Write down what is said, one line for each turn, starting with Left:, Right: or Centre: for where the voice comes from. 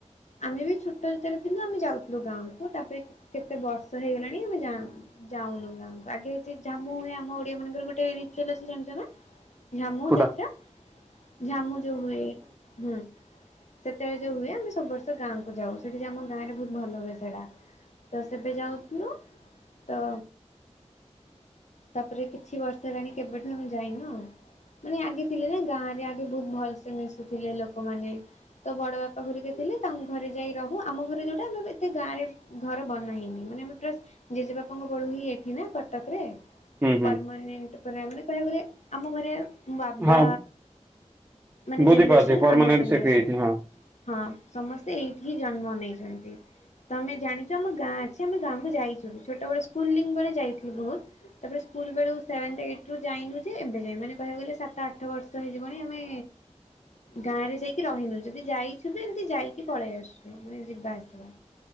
Left: ଆମେ ବି ଛୋଟ ଭିତରେ କିନ୍ତୁ ଆମେ ଯାଉଥିଲୁ ଗାଁକୁ ତାପରେ କେତେ ବର୍ଷ ହେଇଗଲାଣି ଆମେ ଯ ଯାଉନୁ ଗାଁକୁ ଆଗେ ଯଦି ଜଝାମୁ ହୁଏ ଆମ ଓଡିଆ ମାନଙ୍କର ଗୋଟେ ରଚୁଲ ଜାଣିଛ ନା ଝାମୁ
Right: କୋଉଟା
Left: ଯାତ୍ରା ଝାମୁ ଯୋଉ ହୁଏ ହୁଁ ସେତବେଳେ ଯଉ ହୁଏ ଆମ ସବୁ ବର୍ଷ ଗାଁକୁ ଯାଉ ସେଠି ଆମ ଗାଁରେ ବହୁତ ଭଲ ହୁଏ ସେଇଟା ତ ସେବେ ଯାଉଥିଲୁ ତ ତାପରେ କିଛି ବର୍ଷ ହେଲାଣି କେବେଠୁ ଆମେ ଯାଇନ ମାନେ ଆଗେ ଥିଲେ ନା ଗାଁରେ ଆଗେ ବହୁତ ଭଲସେ ମିଶୁଥିଲେ ଲୋକମାନେ ତୋ ବଡ ବାପା ଘରିକେ ଥିଲେ ତାଙ୍କୁ ଘରେ ଯାଇ ରହୁ ଆମ ଘରେ ଯେଉଁଟା ଆମେ ଏତେ ଗାଁରେ ଘର ବନା ହେଇନି ମାନେ ଆମେ ପ୍ରା ଜେଜେ ବାପାଙ୍କ ବଡ ହିଁ ଏଠି ନା କଟକ ରେ
Right: ହୁଁ ହୁଁ
Left: ପରମାନେଣ୍ଟ ଆମେ କହିବାକୁ ଗଲେ ଆମ ଘରେ ମ ବାବା
Right: ହଁ
Left: ମାନେ
Right: ବୁଝିପାରୁଛି
Left: ଜେନେରେସନ୍
Right: ପରମାନେଣ୍ଟ
Left: ଆମ ଜେନେରେସନ୍
Right: ସେଠି ହେଇଛି ହଁ।
Left: ହଁ ସମସ୍ତେ ଏଇଠି ହିଁ ଜନ୍ମ ନେଇଛନ୍ତି। ତମେ ଜାଣିଛ ଆମ ଗାଁ ଅଛି ଆମେ ଗାଁକୁ ଯାଇଛୁ ଛୋଟ ବେଳେ ସ୍କୁଲିଙ୍ଗ ବଳେ ଯାଇଥିଲୁ ବହୁତ। ତାପରେ ସ୍କୁଲ ବେଳକୁ ସେଭନ୍ଥ ଏଇଟୁ ଯାଇନୁ ଯେ ଏବେ ଯାଇ ମାନେ କହିବାକୁ ଗଲେ ସାତ ଆଠ ବର୍ଷ ହେଇଯିବଣି ଆମେ ଗାଁ ରେ ଯାଇକି ରହିନୁ ଯଦି ଯାଇଥିବେ ଏମିତି ଯାଇକି ପଳେଇ ଆସୁ। ମାନେ ଯିବା ଆସିବା।